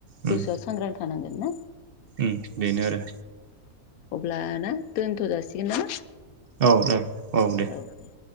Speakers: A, on the right (about 50°); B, on the left (about 75°).
A: उम
B: गोसोआ सांग्रां थानांगोन ना
A: उम बेनो आरो
B: अब्लाना दोनथ' जासिगोन ना
A: औ दे औ दे
B: औ दे